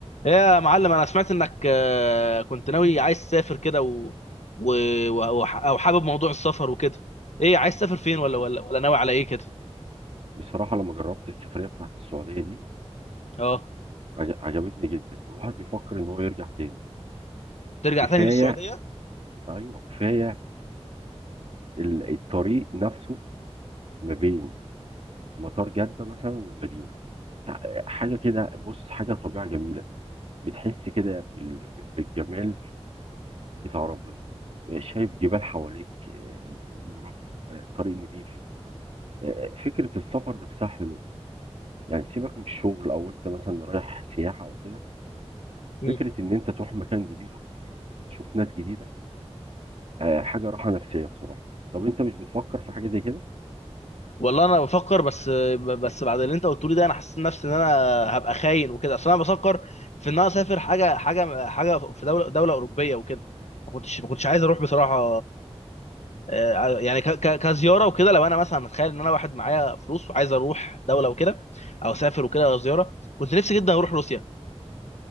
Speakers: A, on the left; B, on the right.
A: يا معلم انا سمعت انك آه، كنت ناوي عايز تسافر كده و... و... و... او حابب موضوع السفر وكده ايه عايز تسافر فين ولا
B: بس-
A: ولا ولا ناوي على ايه كده
B: بصراحة لما جربت السفرية بتاعت السعودية دي
A: اه
B: عج- عجبتني جدا والواحد بيفكر ان هو يرجع تاني
A: ترجع
B: كفاية
A: تاني للسعودية
B: ايوه كفاية ال- الطريق نفسه ما بين مطار جدة مثلا والمدينة تع- حاجة كده بص حاجة طبيعة جميلة بتحس كده بال- بالجمال بتاع ربنا شايف جبال حواليك آه، ورملة آه، طريق نضيف آه، فكرة السفر نفسها حلوة يعني سيبك من الشغل او انت مثلا رايح سياحة او كده
A: مم.
B: فكرة إن أنت تروح مكان جديد وقريب وتشوف ناس جديدة آه، حاجة راحة نفسية بصراحة طب أنت مش بتفكر في حاجة زي كده؟
A: والله انا بفكر بس بس بعد اللي انت قلته لي ده انا حسيت نفسي ان انا هبقى خاين وكده اصل انا بفكر في ان انا اسافر حاجه حاجه حاجه في دوله دوله اوروبيه وكده ما كنتش ما كنتش عايز اروح بصراحه آه، يعني ك- ك- كزياره وكده لو انا مثلا اتخيل ان انا واحد معايا فلوس وعايز اروح دوله وكده او اسافر وكده زياره كنت نفسي جدا اروح روسيا